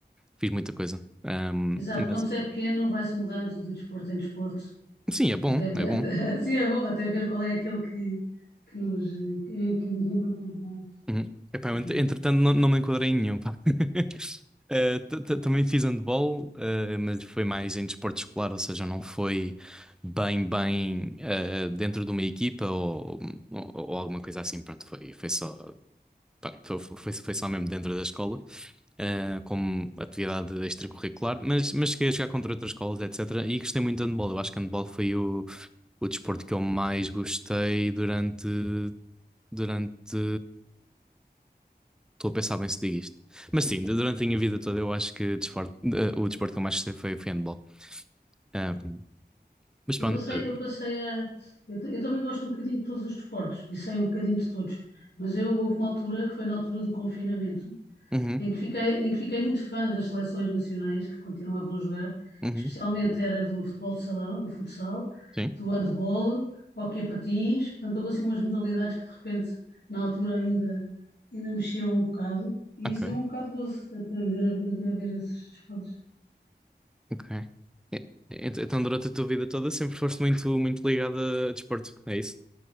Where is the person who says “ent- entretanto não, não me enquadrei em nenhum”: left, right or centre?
Centre